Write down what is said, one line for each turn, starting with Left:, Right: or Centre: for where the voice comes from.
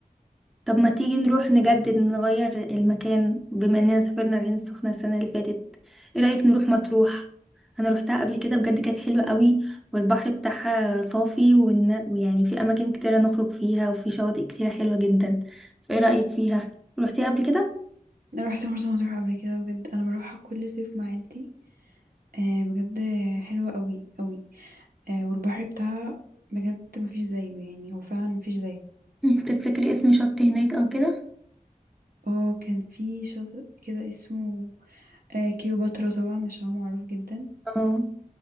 Centre: طب ما تيجي نروح نجدد نغير المكان بما اننا سافرنا العين السخنة السنة اللي فاتت ايه رأيك نروح مطروح انا روحتها قبل كده بجد كانت حلوة قوي والبحر بتاعها صافي والن- ويعني في اماكن كتيرة نخرج فيها وفي شواطئ كتيرة حلوة جدا فايه رأيك فيها روحتيها قبل كده
Right: أنا روحت مرسى مطروح قبل كده بجد أنا بروحها كل صيف مع عيلتي آه، بجد حلوة أوي أوي آه، والبحر بتاعها بجد مفيش زيه يعني هو فعلا مفيش زيه
Centre: مم، تفتكري اسم شط هناك او كده
Right: اه كان في شاطئ كده اسمه آه، كيلوباترا طبعا عشان هو معروف جدا
Centre: اه